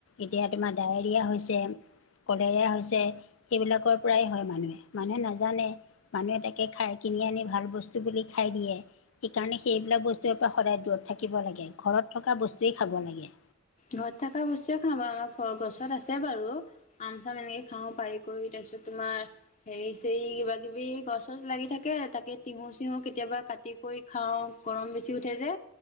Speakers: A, on the left (about 75°); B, on the left (about 35°).
A: এতিয়া তোমাৰ ডায়েৰিয়া হৈছে, কলেৰিয়া হৈছে, সেইবিলাকৰ পৰাই হয় মানুহে, মানুহে নাজানে মানুহ এ তাকে খাই কিনি আনি ভাল বস্তু বুলি খাই দিয়ে সেইকাৰণে সেইবিলাক বস্তুৰ পৰা সদায় দূৰত থাকিব লাগে। ঘৰত থকা বস্তুৱেই খাব লাগে।
B: ঘৰত থকা বস্তুৱে খা বাৰু আমাৰ গছত আছে বাৰু। আম-চাম এনেকে খাওঁ পাৰি কৰি তাৰপিছত তোমাৰ হেৰি-চৰি কিবা-কিবি গছত লাগি থাকে তাকে তিহু-চিহু কেতিয়াবা কাট তে কৰি খাওঁ, গৰম বেছি উঠাই যে